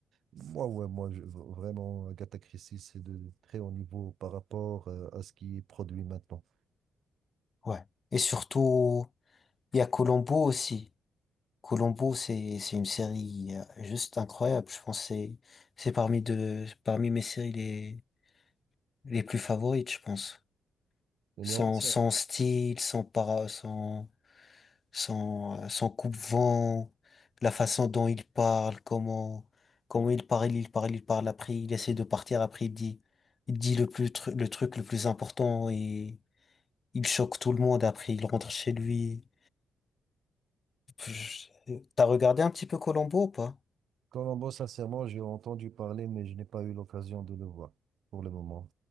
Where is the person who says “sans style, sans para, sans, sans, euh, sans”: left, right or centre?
Left